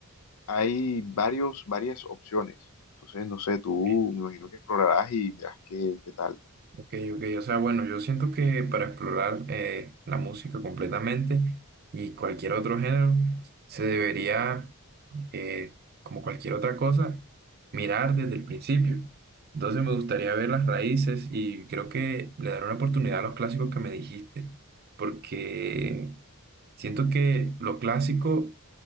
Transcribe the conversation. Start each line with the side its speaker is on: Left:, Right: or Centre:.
Left: hay varios, varias opciones. Entonces, no sé, tú
Right: Eh,
Left: me imagino que explorarás y mirás qué, qué tal.
Right: Ok, ok. O sea, bueno, yo siento que para explorar eh, la música completamente y cualquier otro género, se debería, eh, como cualquier otra cosa, mirar desde el principio. Entonces me gustaría ver las raíces y creo que le daré una oportunidad a los clásicos que me dijiste, porque siento que lo clásico